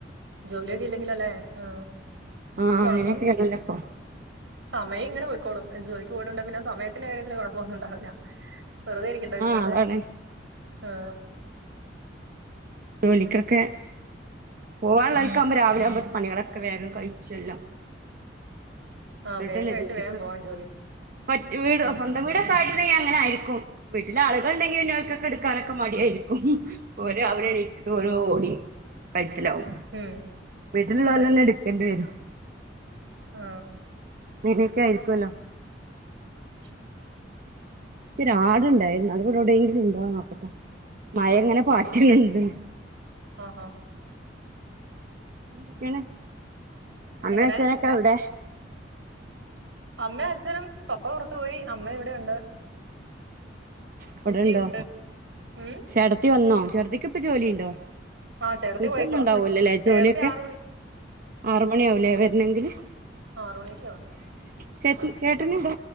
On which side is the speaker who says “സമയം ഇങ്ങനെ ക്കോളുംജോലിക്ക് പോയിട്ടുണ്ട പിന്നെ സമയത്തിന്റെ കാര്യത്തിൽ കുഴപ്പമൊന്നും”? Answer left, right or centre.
Right